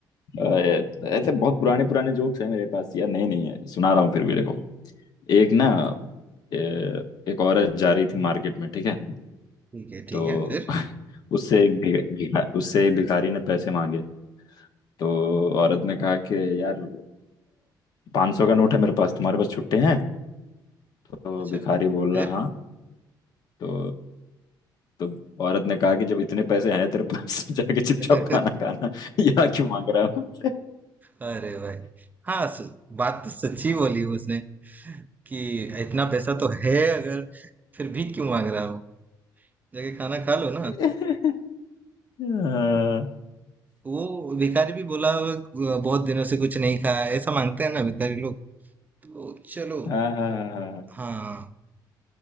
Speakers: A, on the left; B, on the right.
A: अ, ऐसे बहुत पुराने पुराने जोक्स हैं मेरे पास यार नए नहीं है सुना रहा हूँ फिर भी देखो एक ना ए, एक औरत जा रही थी मार्केट में ठीक है
B: ठीक है ठीक
A: तो
B: है फिर
A: <laughs> उससे एक भिख- भिखा, उससे एक भिखारी ने पैसे मांगे तो औरत ने कहा कि यार पाँच सौ का नोट है मेरे पास तुम्हारे पास छुट्टे हैं तो
B: अच्छा
A: भिखारी बोल
B: फिर
A: रहा हाँ तो तो औरत ने कहा कि जब इतने पैसे हैं तेरे पास <laughs> तो जाके चुपचाप
B: <laughs>
A: खाना खाना यहाँ क्यों मांग रहा है मुझसे
B: अरे भाई हाँ स- बात तो सच्ची बोली उसने कि इतना पैसा तो है अगर फिर भीख क्यों मांग रहा हो जाके खाना खा लो ना
A: <laughs> हाँ
B: वो भिखारी भी बोला "अ, बहुत दिनों से कुछ नहीं खाया ऐसा मांगते हैं ना भिखारी लोग तो चलो
A: हाँ हाँ हाँ हाँ।
B: हाँ